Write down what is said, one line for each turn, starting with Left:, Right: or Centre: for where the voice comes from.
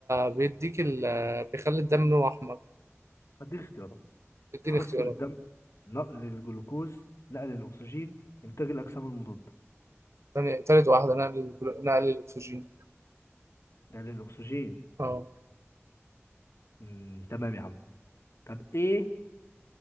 Right: بيديك ال... بيخلي الدم لونه أحمر
Left: هديك اختيارات
Right: اديني
Left: تخثر
Right: اختيارات
Left: الدم نقل الجلوكوز نقل الأكسجين إنتاج الأجسام المضادة
Right: تاني تالت واحدة نقل ال- نقل الأكسجين
Left: نقل الأكسجين
Right: اه
Left: مم. تمام يا عم طب إيه